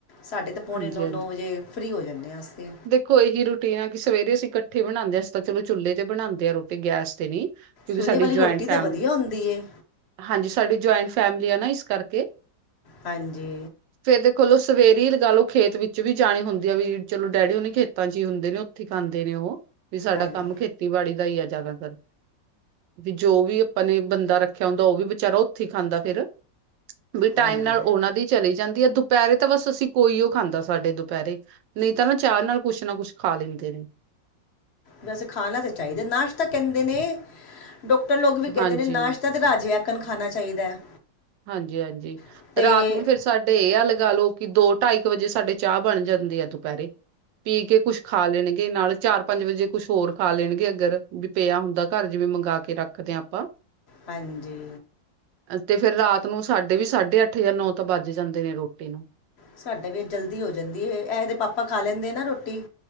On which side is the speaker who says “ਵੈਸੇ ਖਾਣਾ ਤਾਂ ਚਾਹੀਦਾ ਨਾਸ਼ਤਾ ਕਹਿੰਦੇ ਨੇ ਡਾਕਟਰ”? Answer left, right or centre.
Left